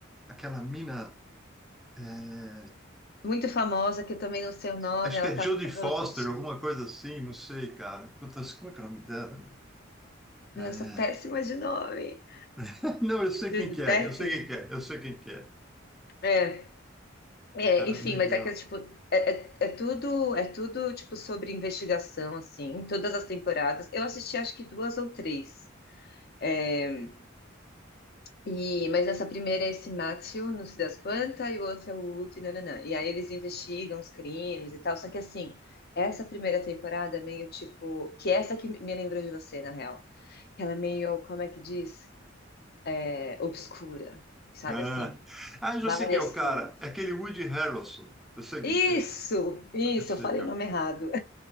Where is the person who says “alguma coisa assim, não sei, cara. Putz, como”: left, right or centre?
Centre